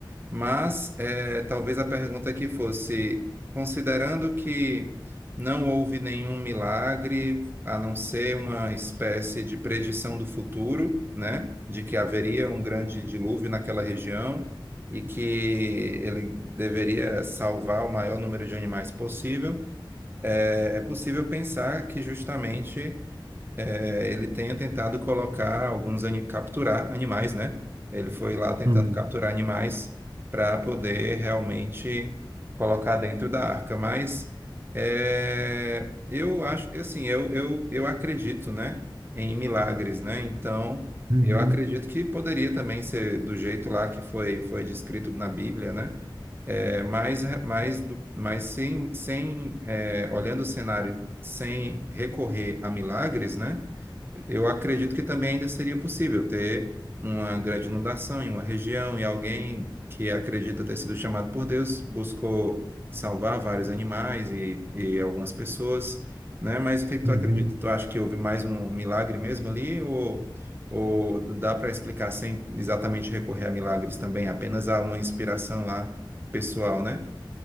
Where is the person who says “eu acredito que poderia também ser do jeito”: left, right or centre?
Right